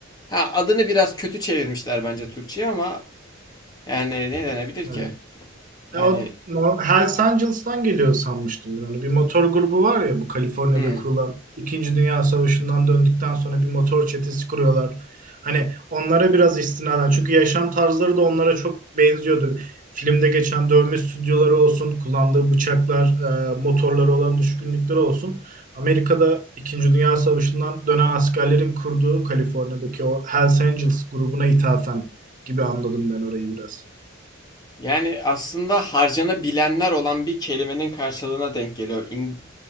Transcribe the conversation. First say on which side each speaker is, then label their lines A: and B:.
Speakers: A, on the left; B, on the right.
A: Ha adını biraz kötü çevirmişler bence Türkçe'ye ama yani ne denebilir
B: Evet.
A: ki? Yani
B: Ya o nor- Hells Angels'tan geliyor sanmıştım ben onu. Bir motor grubu var ya bu Kaliforniya'da
A: hmm.
B: kurulan İkinci Dünya Savaşı'ndan döndükten sonra bir motor çetesi kuruyorlar. Hani onlara biraz istinaden çünkü yaşam tarzları da onlara çok benziyordu. Filmde geçen dövme stüdyoları olsun, kullandığı bıçaklar, e, motorları olan düşkünlükleri olsun. Amerika'da İkinci Dünya Savaşı'ndan dönen askerlerin kurduğu Kaliforniya'daki o Hells Angels grubuna ithafen gibi anladım ben orayı biraz.
A: Yani aslında harcanabilenler olan bir kelimenin karşılığına denk geliyor. İn-